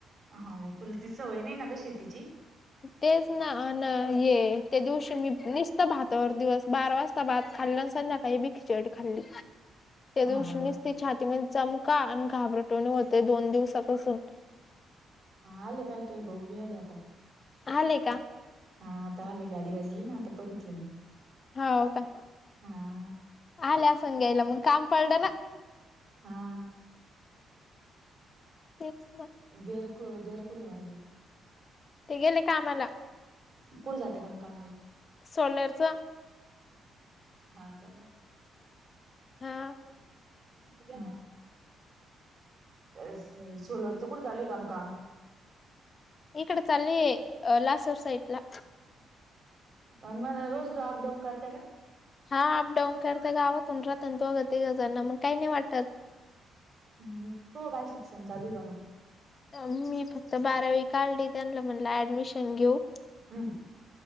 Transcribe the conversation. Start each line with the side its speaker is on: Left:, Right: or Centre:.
Right: हाव, तुला ती सवय नही ना गं, शेतीची?
Left: तेच ना, अन हे त्या दिवशी, मी निस्त भातावर दिवस बारा वाजता भात खाल्ला, अन संध्याकाळी बी खिचडी खाल्ली, त्या
Right: हा
Left: दिवशी, निस्ती छा ती म चमका आणि घाबरटवाणी होतंय, दोन दिवसापासून.
Right: आले पाय, तुये भाऊ बी, आले आता.
Left: आले का?
Right: हां, आता आले, गाडी वाजली ना, आता बघितलं मी.
Left: हा का?
Right: हा
Left: आला असन घ्यायला, मंग काम पलंड ना.
Right: हा.
Left: तेच ना.
Right: देर क, देर कुडय माझे?
Left: ते गेले, कामाला.
Right: कुढ जात्या, का न कामाला?
Left: सोलरच.
Right: हा का!
Left: हा!
Right: <unintelligible> अस न, सोलरचं कुढ चालूय कानू काम?
Left: इकडं चालूये अ लासूर साईटला.
Right: अन मन्या रोज अपडाऊन करत्या का?
Left: हा अपडाऊन करत्या गावातुन राहत्या ना दोघ तीघ जणं, मग काही नाही वाटतं.
Right: हं तुह काय शिक्षण चालूय कानू?
Left: अ मी फक्त बारावी काढली त्यानला म्हणलं ऍडमिशन घेऊ.
Right: हू!